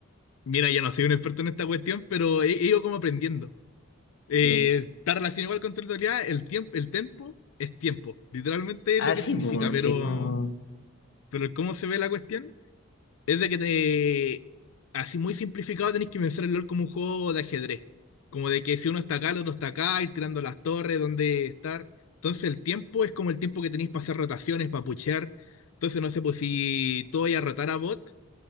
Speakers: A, on the left; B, on the left.
A: Mira, yo no soy un experto en esta cuestión, pero he, he ido como aprendiendo. Eh,
B: Miren.
A: está relacionado igual con territorialidad, el tiempo, el tempo es tiempo. Literalmente
B: Ah,
A: es lo que
B: sí,
A: significa,
B: pues,
A: pero,
B: sí, como-
A: pero cómo se ve la cuestión Es de que te. Así muy simplificado tenés que pensar el LOL como un juego de ajedrez. Como de que si uno está acá, el otro está acá, ir tirando las torres, dónde estar. Entonces el tiempo es como el tiempo que tenéis para hacer rotaciones, para puchear. Entonces no sé, pues si tú vayas a rotar a bot